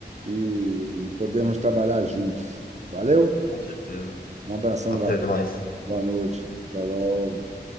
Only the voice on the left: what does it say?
Com certeza.
Até
mais.